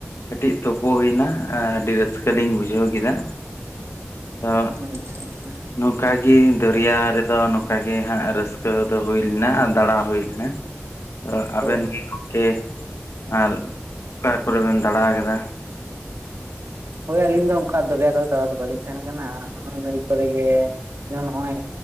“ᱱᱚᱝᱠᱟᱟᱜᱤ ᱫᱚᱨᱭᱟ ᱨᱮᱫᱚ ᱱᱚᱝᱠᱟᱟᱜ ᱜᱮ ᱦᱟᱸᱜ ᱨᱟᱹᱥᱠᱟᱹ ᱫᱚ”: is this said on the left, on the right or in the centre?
Left